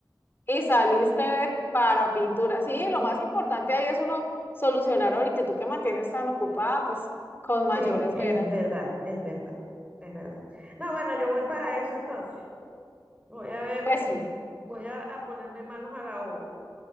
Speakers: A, on the left; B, on the right.
A: y saliste de- para pintura.
B: <laughs>
A: Sí, lo más importante ahí es uno solucionar ahorita y tú que mantienes tan ocupada, pues con mayores
B: Sí, es
A: veras.
B: verdad, es verdad, es verdad. No, bueno, yo voy para eso entonces. Voy a ver,
A: Pues sí,
B: voy a, a ponerme manos a la obra.